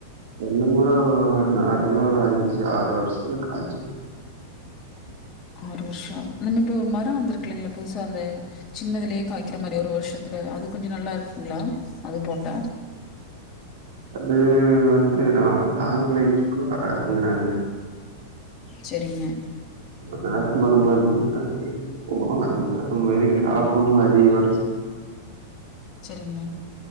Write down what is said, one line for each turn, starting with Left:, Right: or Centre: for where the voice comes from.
Right: தென்னமர நார்மலா ஒரு அஞ்சு ஆறு வருஷத்துல காச்சுரு
Left: ஆறு வருஷோ ஆகு நம்ம இப்ப ஒரு மர வந்திருக்கில்லங்ளா புதுசா அந்த சின்னதுலயே காய்க்கிற மாரி ஒரு வருஷத்துல அது கொஞ்சோ நல்லா இருக்குங்ளா அது போட்டா
Right: அது வந்து லாங் லைஃப்க்கு வராதுங்றாங்க
Left: செரிங்க
Right: நாட்டு மருந்து <unintelligible> ஓ அந்த மாரி காப்பு மாரி <unintelligible>
Left: செரிங்க